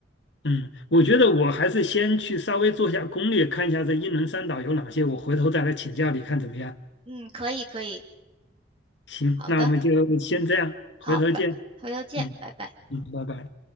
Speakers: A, on the left; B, on the right.
A: 嗯，我觉得我还是先去稍微做一下攻略，看一下这英伦三岛有哪些，我回头再来请教你看怎么样。
B: 嗯，可以可以，
A: 行，
B: 好的，
A: 那我们就先这样，
B: 好，
A: 回头见。
B: 拜，回头见，
A: 嗯嗯，
B: 拜拜。
A: 拜拜。